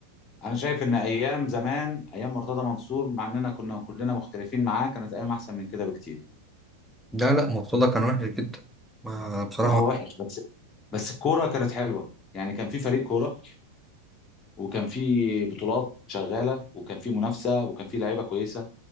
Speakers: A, on the left; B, in the centre.
A: انا شايف ان ايام زمان ايام مرتضى منصور مع اننا كنا كلنا مختلفين معاه كانت ايام احسن من كده بكتير
B: لا لا مرتضى كان وحش جدا ما بصراحة
A: ما هو وحش بس بس الكوره كانت حلوه يعني كان في فريق كوره وكان في بطولات شغاله وكان في منافسه وكان في لعيبه كويسه